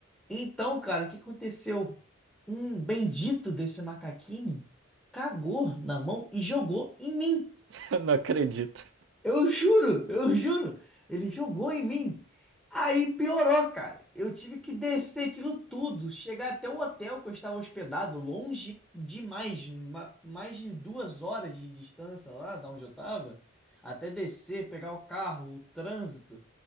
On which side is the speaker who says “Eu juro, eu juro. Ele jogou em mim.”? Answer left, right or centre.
Centre